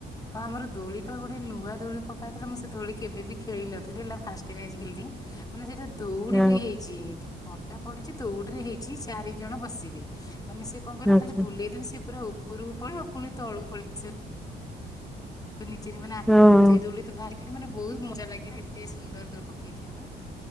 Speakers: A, on the left; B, in the centre.
A: ହଁ ଆମର ଦୋଳି ପା ଗୋଟେ ନୂଆ ଦୋଳି ପକାଇଥିଲା ମୁଁ ସେ ଦୋଳି କେବେ ବି ଖେଳି ନଥିଲି ହେଲା ଫାଷ୍ଟ ମ୍ୟାଚ ଖି ମାନେ ସେଟା ଦୌଡ଼ିରେ
B: ହଁ
A: ହେଇଛି। ଫଟା ପଡିଛି ଦୌଡିରେ ହେଇଛି ଚାରି ଜଣ ବସିବେ ମାନେ ସେ କିଲ
B: ଆଚ୍ଛା
A: ଖା ବୁେଇଦେି ସେ ପୁରା ଉପରକୁ ପଳିବ ପୁଣି ତ ଅଳକୁ ପଳେଇିବ ନିଜେରେ ମାନେ
B: ହଁ।
A: ସେ ମାନେ ବହୁତ ମଜା ଲାଗିଲା ଏତେ ସୁନ୍ଦର ଦ ପକେଇଥିବାର